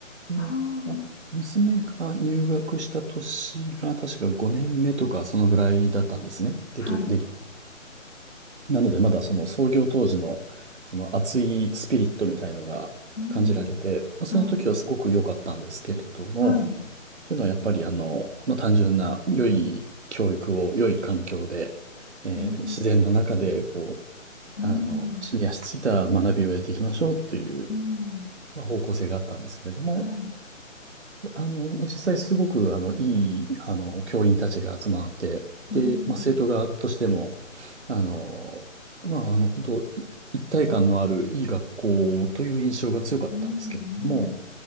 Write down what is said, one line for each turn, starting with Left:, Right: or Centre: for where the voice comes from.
Right: ねあ娘が入学した年が確か5年目とかそのぐらいだったんですね。
Left: ああ、
Right: でき、
Left: はい。
Right: でき、なのでまだその創業当時のその熱いスピリットみたいのが感じられて、
Left: うん。
Right: まあ、その時はすごく良かったんですけれども、
Left: はい。はい。
Right: っていうのはやっぱりあの、まあ、単純な良い教育を良い環境で、えー自然の中でこう、
Left: うん。うん。
Right: あの、地に足ついた学びをやっていきましょうっていう、
Left: うん。
Right: まあ、方向性があったんですけれども、
Left: はい。
Right: あの、実際すごく、あの、いい、あの、教員たちが集まって、
Left: うん。
Right: で、まあ、生徒側としても、あの、まあ、あの、本当い一体感のあるいい学校という印象が強かったんですけれども、
Left: うん。うん。